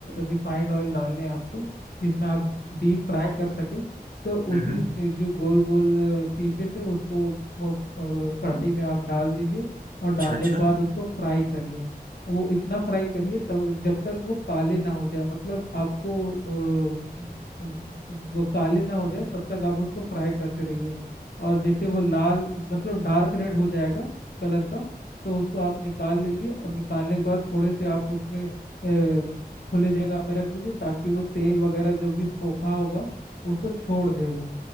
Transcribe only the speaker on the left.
रिफाइंड ऑयल डालने हैं आपको जिसमें आप डीप फ्राई कर सके तो
उसी अ, जो गोल गोल पीसेस है उसको अ, अ, कढ़ाई में आप डाल दीजिए और
डालने
के बाद उसको फ्राई करिए वो इतना फ्राई करिए तब जब तक वो काले ना हो जाए मतलब आपको अ, वो काले ना हो जाए तब तक आप उसको फ्राई करते रहिए और जैसे वो लाल मतलब डार्क रेड हो जाएगा कलर का तो उसको आप निकाल लीजिए और निकालने के बाद थोड़े से आप उसमें अ, खुले जगह में रख दीजिए ताकि वो तेल वगैरह जो भी सोखा होगा उसको छोड़ दे वो